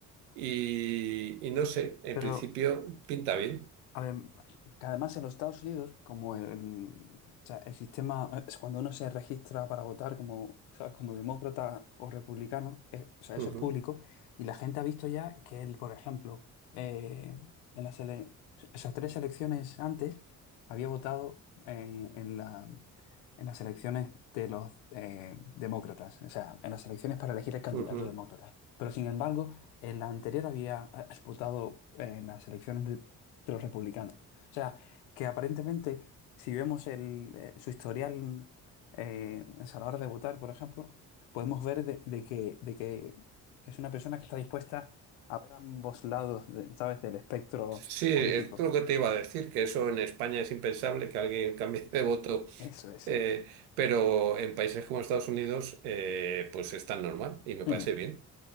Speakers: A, on the right; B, on the left.
A: y, y no sé, en
B: Pero
A: principio pinta bien.
B: adem- que además en los Estados Unidos, como el, o sea, el sistema, es cuando uno se registra para votar como, ¿sabes? como demócrata o republicano, eh, o sea, eso
A: Ujú,
B: es público, y la gente ha visto ya que él, por ejemplo, eh, en las ele- esas tres elecciones antes había votado eh, en la, en las elecciones de los eh, demócratas, o sea, en las elecciones para elegir el candidato
A: ujú.
B: demócrata. Pero sin embargo, en la anterior había eh, votado eh, en las elecciones de los republicanos. O sea, que aparentemente, si vemos el, eh, su historial eh, a la hora de votar, por ejemplo, podemos ver de, de que, de que es una persona que está dispuesta a ver ambos lados, de- ¿sabes?, del espectro
A: Sí, es
B: político.
A: lo que te iba a decir, que eso en España es impensable que alguien <laughs> cambie de voto,
B: Eso es.
A: eh, pero en países como Estados Unidos, eh, pues es tan normal y me parece
B: Mm.
A: bien.